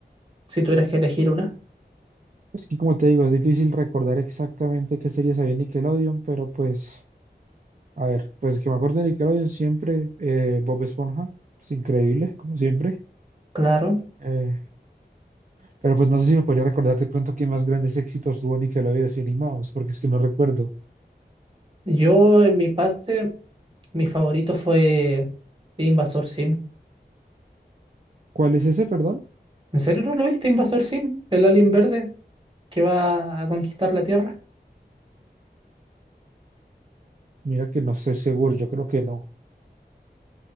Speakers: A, on the right (about 30°); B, on the right (about 50°).
A: Si tuvieras que elegir una.
B: Es que como te digo, es difícil recordar exactamente qué series había en Nickelodeon, pero pues, a ver, pues que me acuerdo de Nickelodeon siempre, eh, Bob Esponja, es increíble, como siempre.
A: Claro.
B: Eh, pero pues no sé si me podría recordar de pronto qué más grandes éxitos tuvo Nickelodeon así animados, porque es que no recuerdo.
A: Yo, en mi parte, mi favorito fue Invasor Sim.
B: ¿Cuál es ese, perdón?
A: ¿En serio no lo viste, Invasor Sim? El alien verde que va a conquistar la Tierra.
B: Mira que no sé seguro, yo creo que no.